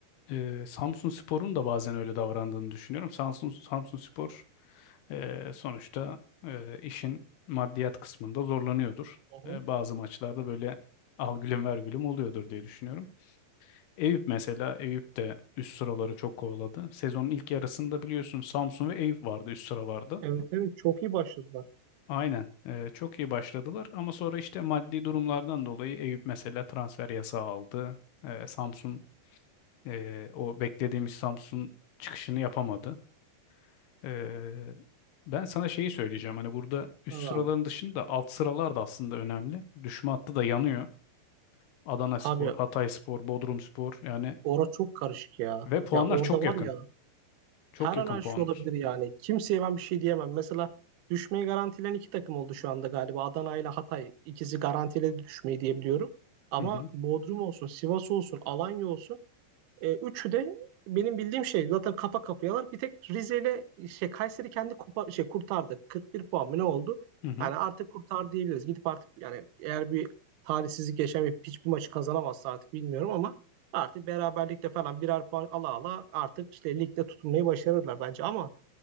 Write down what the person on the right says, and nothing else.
Hı
hı.
Evet evet çok iyi başladılar.
Tamam.
Abi
orası çok karışık ya.
Ya orada
var
ya
her
an her
şey olabilir yani. Kimseye ben bir şey diyemem. Mesela düşmeyi garantilen iki takım oldu şu anda galiba. Adana ile Hatay ikisi garantiledi düşmeyi diyebiliyorum. Ama
Bodrum olsun, Sivas olsun, Alanya olsun E, üçü de benim bildiğim şey zaten kafa kafayalar. Bir tek Rize ile şey, Kayseri kendi kupa, şey, kurtardı. 41 puan mı ne oldu?
Yani artık kurtar diyebiliriz. Gidip artık yani eğer bir talihsizlik yaşamayıp hiçbir maçı kazanamazsa artık bilmiyorum ama artık beraberlikte falan birer puan ala ala artık işte ligde tutunmayı başarırlar bence ama